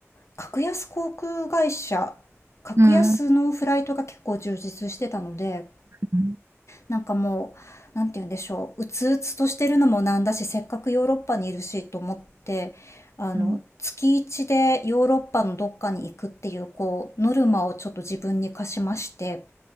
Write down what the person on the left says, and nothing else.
格安航空会社、格安のフライトが結構充実してたので、
なんかもう、なんて言うんでしょう、うつうつとしてるのもなんだし、せっかくヨーロッパにいるしと思って、あの、
月一でヨーロッパのどっかに行くっていう、こう、ノルマをちょっと自分に課しまして。